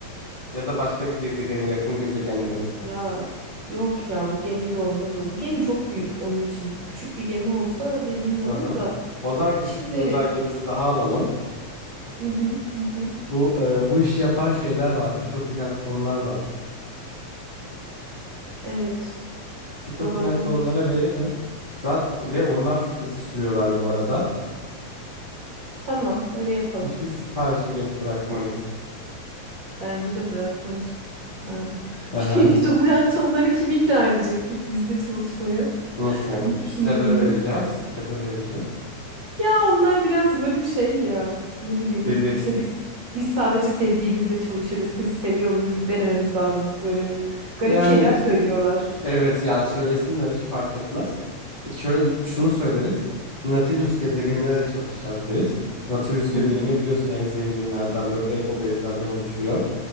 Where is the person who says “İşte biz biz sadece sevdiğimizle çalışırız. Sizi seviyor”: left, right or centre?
Right